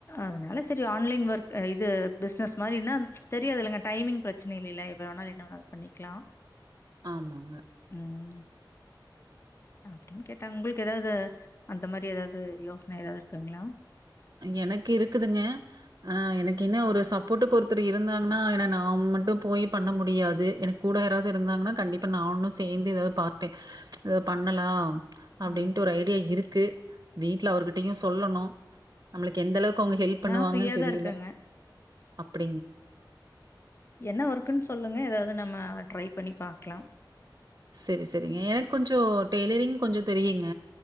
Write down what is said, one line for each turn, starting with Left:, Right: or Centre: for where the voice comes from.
Left: அதனால சரி ஆன்லைன் வர்க் அ இது பிஸ்னஸ் மாரின்னா தெரியது இல்லைங்க டைமிங் பிரச்சன இல்லில எப்ப வேணாலு என்ன வேணாலு பண்ணிக் க்கலா
Right: ஆமாங்க.
Left: ம் அப்பிடின் கேட்டாங்க உங்களுக்கு எதாவது அந்த மாரி எதாவது யோசன எதாவது இருக்குங்களா
Right: எனக்கு இருக்குதுங்க ஆனா எனக்கு என்ன ஒரு சப்போர்ட்டுக்கு ஒருத்தர் இருந்தாங்கன்னா என்ன நா மட்டு போய் பண்ண முடியாது எனக்கு கூட யாராவது இருந்தாங்கன்னா கண்டிப்பா நானு சேந்து எதாது பார் டை எத பண்ணலா அப்பிடின்ட்டு
Left: ம்
Right: ஒரு ஐடியா இருக்கு வீட்ல அவர்கிட்டயு சொல்லனு நம்மளுக்கு எந்த அளவுக்கு அவங்க ஹெல்ப் பண்ணுவாங்கன்னு
Left: நான் ஃப்ரீயா
Right: தெரியல
Left: தான் இருக்கேங்க
Right: அப்பி
Left: என்ன ஒர்க்குன் சொல்லுங்க எதா து நம்ம ட்ரை பண்ணி பாக்கலா
Right: சரி சரிங்க எனக் கொஞ்சோ டேயிலரிங் கொஞ்சோ தெரியுங்க